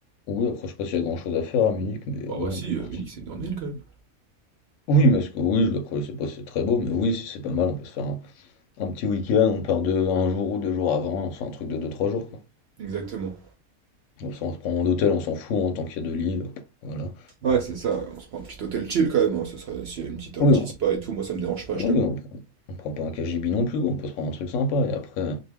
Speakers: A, on the left (about 65°); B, on the right (about 65°).
A: Oui, après, je sais pas s'il y a grand-chose à faire à Munich, mais
B: Bah,
A: oui,
B: bah si,
A: on peut partir.
B: euh, Munich c'est une grande ville quand même.
A: Oui, parce que oui, je après, je sais pas si c'est très beau, mais oui, si c'est pas mal, on peut se faire un un petit week-end, on part de un jour ou 2 jours avant, on se fait un truc de deux trois jours, quoi.
B: Exactement.
A: Comme ça, on se prend un hôtel, on s'en fout, hein, tant qu'il y a 2 lits, euh, voilà.
B: Ouais, c'est ça. On se prend un petit hôtel chill quand même. hein. Ce serait s'il y a une petite, un
A: Oui,
B: petit spa et tout. Moi, ça me dérange pas,
A: Non,
B: je t'avoue.
A: mais on prend, on prend pas un KGB non plus, on peut se prendre un truc sympa et après euh,